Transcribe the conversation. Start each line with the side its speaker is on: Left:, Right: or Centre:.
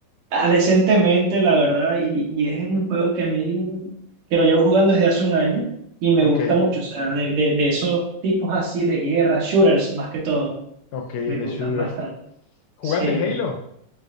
Right: Ah, decentemente, la verdad, y, y es un juego que a mí, que lo llevo jugando desde hace un año y me
Left: Ok,
Right: gusta mucho, o sea, de, de, de esos tipos así de guerra, shooters más que todo,
Left: ok, de
Right: me gustan
Left: shooters.
Right: bastante.
Left: ¿Jugaste
Right: Sí.
Left: Halo?